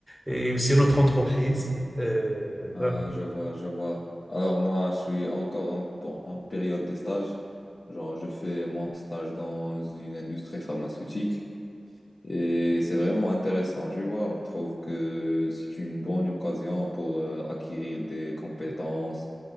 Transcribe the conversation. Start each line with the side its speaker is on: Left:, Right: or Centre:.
Centre: et aussi notre entreprise. Euh,
Left: Ah,
Centre: vraiment.
Left: je vois, je vois. Alors moi, je suis encore en, en période de stage. Genre, je fais mon stage dans une industrie pharmaceutique et c'est vraiment intéressant, tu vois. Je trouve que c'est une bonne occasion pour euh, acquérir des compétences